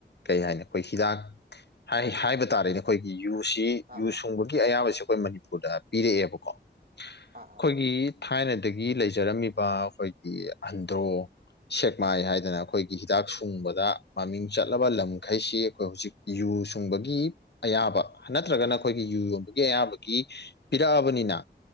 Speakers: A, on the left (about 65°); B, on the right (about 55°).
A: ꯀꯩ ꯍꯥꯏꯅꯤ ꯑꯩꯈꯣꯏ ꯍꯤꯗꯥꯛ ꯍꯥꯏ ꯍꯥꯏꯕ ꯇꯥꯔꯦꯅꯦ ꯑꯩꯈꯣꯏꯒꯤ ꯌꯨꯁꯤ
B: ꯑꯥ
A: ꯌꯨ
B: ꯑꯥ
A: ꯁꯨꯡꯕꯒꯤ ꯑꯌꯥꯕꯁꯤ ꯑꯩꯈꯣꯏ ꯃꯅꯤꯄꯨꯔꯗ ꯄꯤꯔꯛꯑꯦꯕꯀꯣ ꯑꯩꯈꯣꯏꯒꯤ
B: ꯑꯥ
A: ꯊꯥꯏꯅꯗꯒꯤ ꯂꯩꯖꯔꯝꯃꯤꯕ ꯑꯩꯈꯣꯏꯒꯤ ꯑꯟꯗ꯭ꯔꯣ ꯁꯦꯛꯃꯥꯏ
B: ꯑꯥ
A: ꯍꯥꯏꯗꯅ ꯑꯩꯈꯣꯏ ꯍꯤꯗꯥꯛ ꯁꯨꯡꯕꯗ ꯃꯃꯤꯡ ꯆꯠꯂꯕ ꯂꯝꯈꯩꯁꯤ ꯑꯩꯈꯣꯏ ꯍꯧꯖꯤꯛ ꯌꯨ ꯁꯨꯡꯕꯒꯤ ꯑꯌꯥꯕ ꯅꯠꯇ꯭ꯔꯒꯅ ꯑꯩꯈꯣꯏꯒꯤ ꯌꯨ ꯌꯣꯟꯕꯒꯤ ꯑꯌꯥꯕꯒꯤ ꯄꯤꯔꯛꯑꯕꯅꯤꯅ